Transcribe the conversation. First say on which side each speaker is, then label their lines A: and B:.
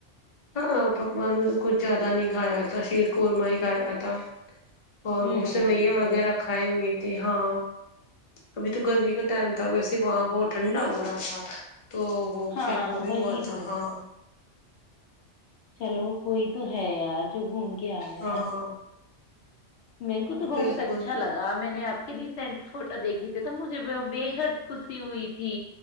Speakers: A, on the left; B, on the left.
A: ہاں پکوان میں تو کچھ زیادہ نہیں کھایا تھا شیر قورمہ ہی کھایا تھا اور
B: ہوں
A: وہ میں وغیرہ کھ کھائی ہوئی تھی ہاں ابھی تو گرمی کا ٹائم تھا ویسے وہاں بہت ٹھنڈا ہو رہا تھا تو وہ
B: ہاں
A: پھر وہ بھی
B: وہی
A: ہوا تھا
B: تو
A: ہاں
B: چلو کوئی تو ہے یار جو گھوم کے آیا
A: ہاں
B: میرے کو تو بہت
A: بالکل
B: اچھا لگا میں نے آپ کے ریسینٹ فوٹو دیکھھی یہ تھے تو مجھے بےحد خوشی ہوئی تھی